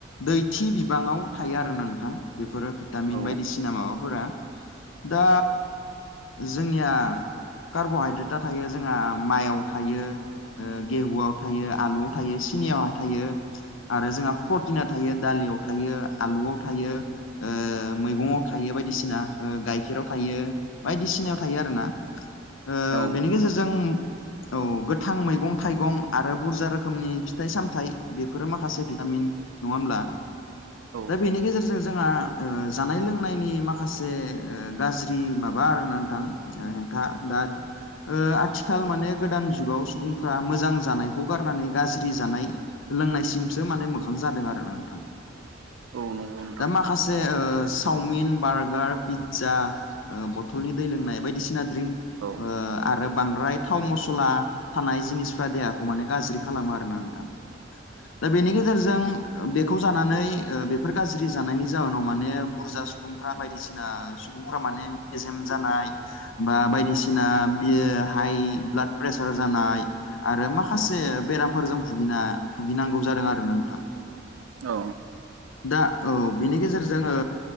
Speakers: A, on the left; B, on the right.
A: दैथि बिबाङाव थायो आरो नोंथां बेफोरो भिटामिन
B: औ
A: बायदिसिना माबाफोरा। दा जोंनिया कार्ब'हाइद्रेटआ थायो जोंहा माइयाव थायो ओ गेहुआव थायो आलुआव थायो सिनियाव थायो। आरो जोंहा प्रटिना थायो दालियाव थायो आलुआव थायो। ओ मैगंवाव थायो बायदिसिना ओ गाइखेराव थायो। बायदिसिनायाव थायो आरोना ओ
B: औ
A: बेनि
B: नंगौ
A: गेजेरजों औ गोथां मैगं थाइगं आरो बुरजा रोखोमनि फिथाइ सामथाइ बेफोरो माखासे भिटामिन नङा होमब्ला
B: औ नंगौ नोंथां औ
A: दा बेनि गेजेरजों जोंहा ओ जानाय लोंनायनि माखासे ओ गाज्रि माबा आरोना नोंथां। ओ हेंथा दा ओ आथिखाल आथिखाल माने गोदान जुगाव सुबुंफ्रा मोजां जानायखौ गारनानै गाज्रि जानाय लोंनायसिमसो माने मोखां जादों आरोना नोंथां
B: औ नंगौ नोंथां
A: दा माखासे चावमिन बार्गार पिज्जा ओ बथलनि दै लोंनाय बायदिसिना ड्रिंक
B: औ
A: ओ आरो बांद्राय थाव मसला थानाय जिनिसफ्रा देहाखौ माने गाज्रि खालामो आरोना नोंथां दा बेनि गेजेरजों बेखौ जानानै ओ बेफोर गाज्रि जानायनि जाहोनाव माने बुरजा सुबुं फ्रा बायदिसिना सुबुंफ्रा माने मेजेम जानाय बा बायदिसिना बियो हाइ ब्लाड प्रेसार जानाय आरो माखासे बेरामफोरजों भुिना भुगिनांगौ जादों आरो ना नोंथां
B: औ
A: दा औ बिनि गेजेरजों ओ